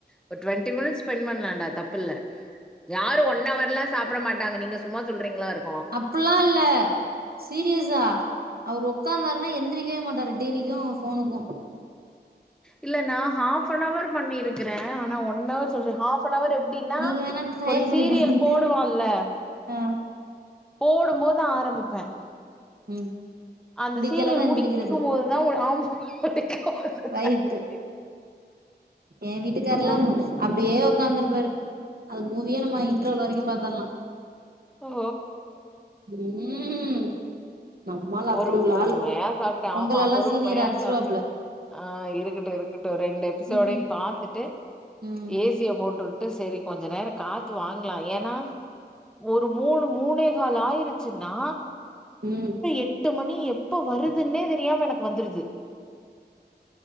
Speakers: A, in the centre; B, on the right (about 60°).
A: ஒரு டுவெண்டி மின்ட்ஸ் ஸ்பெண் பண்ணலான்டா தப்பில்ல யாரு ஒன் அவர் ல்லா சாப்ட மாட்டாங்க நீங்க சும்மா சொல்றீங்ளா ருக்
B: அப்புல்லா இல்ல சீரியஸ் ஸா அவரு உக்காந்தார்ன்னா எந்திரிக்கவே மாட்டாரு டிவிக்கு போனுக்கு
A: இல்ல நா ஆஃபனவர் பண்ணிருக்கிறே ஆனா ஒன்னவர் சொல்ற ஆஃப் னவர் எப்டீனா
B: நீங்க வேணா ட்ரையல்
A: ஒரு
B: பண்ணி
A: சீரியல்
B: பாருங்க
A: போடுவால்ல
B: ஆ
A: போடும்போது ஆரம்பிப்பே
B: ம்
A: அந்த
B: முடிக்கைலதா
A: சீரியல்
B: எந்திரிக்கிறது
A: முடிக்கும்போது தா <unintelligible> ஆமா முடிக்கு போது
B: ரைட்டு
A: தா
B: ஏ வீட்டுக்கார்லா
A: <unintelligible>
B: அப்டியே உக்காந்துருப்பாரு அது மூவியா நம்ம இன்ட்ரவெல் வரைக்கு பத்தரலா
A: ஓ!
B: ம் நம்மாள் அப்டி
A: பொறும்மையா
B: உள்ள ஆளு
A: சாப்ட்டே
B: உங்களல்லா
A: ஆம்மா பொறும்மையா
B: சீனியர் அடிச்சிருவாப்புல
A: சாப்ட்டே அ இருக்கிட்டு இருக்கிட்டு ரெண்டு எப்பிசோடய்
B: ம் ம்
A: பாத்துட்டு
B: ம்
A: ஏசியெ போட்டு ட்டு செரி கொஞ்சொ நேரொ காத்து வாங்லா ஏனா ஒரு மூணு மூனே கால் ஆயிரி ச்சுன்னா
B: ம்
A: எட்டு மணி எப்பொ வருதுன்னே தெரியாம எனக் வந்துருது